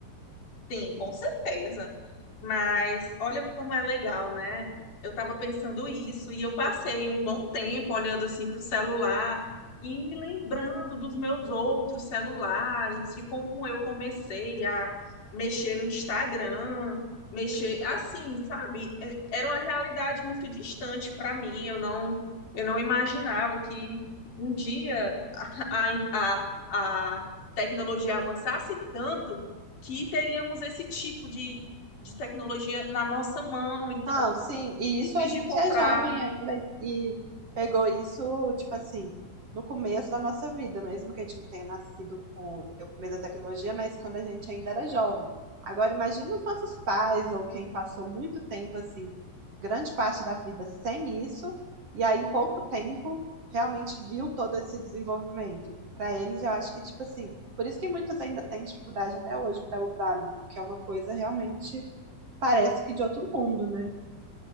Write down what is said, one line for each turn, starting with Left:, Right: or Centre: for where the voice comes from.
Left: Sim, com certeza. Mas olha como é legal, né? Eu estava pensando isso e eu passei um bom tempo olhando assim para o celular e me lembrando dos meus outros celulares, de como eu comecei a mexer no Instagram, mexer assim, sabe? É- Era uma realidade muito distante para mim. Eu não, eu não imaginava que um dia <laughs> a, a, a a tecnologia avançasse tanto que teríamos esse tipo de, de tecnologia na nossa mão. Então,
Right: Não, sim, e
Left: simples
Right: isso a gente
Left: de comprar.
Right: é jovem ainda e pegou isso, tipo assim, no começo da nossa vida, mesmo que a gente não tenha nascido com o começo da tecnologia, mas quando a gente ainda era jovem. Agora, imagina os nossos pais ou quem passou muito tempo, assim, grande parte da vida sem isso, e aí em pouco tempo realmente viu todo esse desenvolvimento. Para eles, eu acho que, tipo assim, por isso que muitas ainda têm dificuldade até hoje para usar, né? Porque é uma coisa realmente parece que de outro mundo, né?